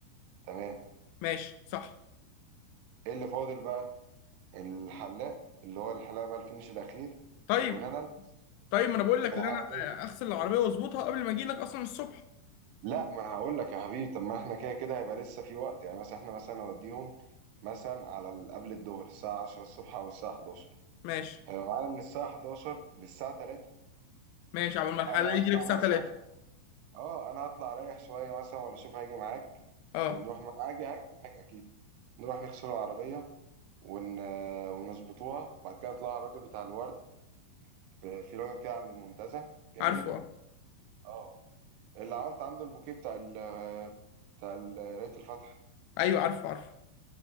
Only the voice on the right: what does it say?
تمام
ايه اللي فاضل بقى الحلاق اللي هو الحلاق بقى الفينش الاخير
وان انا البس
والعربية
لا ما انا هقول لك يا حبيبي طب ما احنا كده كده هيبقى لسه في وقت يعني مثلا احنا مثلا نوديهم مثلا على ال- قبل الظهر الساعة 10 الصبح او الساعة 11
هيبقى معانا من الساعة 11 للساعة 3
انا
هطلع
مثلا
اه انا هطلع اريح شويه مثلا ولا اشوف هاجي معاك
ونروح مع... هاجي هاجي معاك اكيد نروح نغسل العربيه ون... ونظبطوها وبعد كده نطلع على الراجل بتاع الورد في في راجل كده عند المنتزه جميل
اه اللي عملت عنده البوكيه بتاع ال... بتاع ال- قرايه الفاتحه